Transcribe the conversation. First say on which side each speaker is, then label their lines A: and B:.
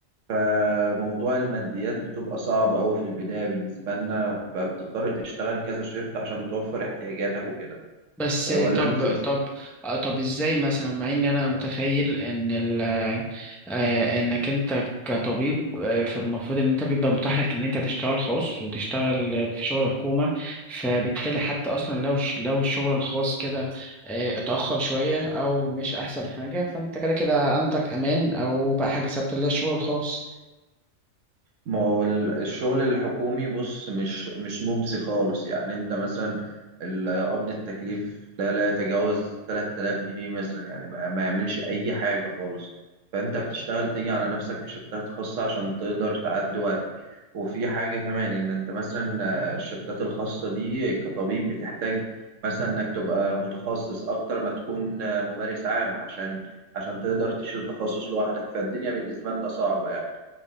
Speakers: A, on the right; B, in the centre.
A: فموضوع الماديات بتبقى صعبة أوي في البداية بالنسبة لنا فبتضطر تشتغل كذا شيفت عشان توفر احتياجاتك وكده
B: بس
A: أه، ولا
B: طب
A: أنت
B: طب آه، طب ازاي مثلا مع ان انا متخيل ان ال آه، آه، انك انت كطبيب آه، فالمفروض ان انت بيبقى متاح لك ان انت تشتغل خاص وتشتغل في شغل حكومة فبالتالي حتى اصلا لو ش- لو الشغل الخاص كده آه، اتأخر شوية او مش احسن حاجة فانت كده كده عندك امان او بقى حاجة ثابتة اللي هي الشغل الخاص
A: ما هو ال- الشغل الحكومي بص مش مش مجزي خالص يعني انت مثلا ال- قبض التكليف لا لا يتجاوز 3000 جنيه مثلا يعني ما, ما يعملش اي حاجة خالص فانت بتشتغل تيجي على نفسك في شفتات خاصة عشان تقدر تعدي وقتك وفي حاجة كمان ان انت مثلا آه، الشفتات الخاصة دي كطبيب بتحتاج مثلا انك تبقى متخصص اكتر ما تكون آه، ممارس عام عشان عشان تقدر تشيل تخصص لوحدك فالدنيا بالنسبة لنا صعبة يعني.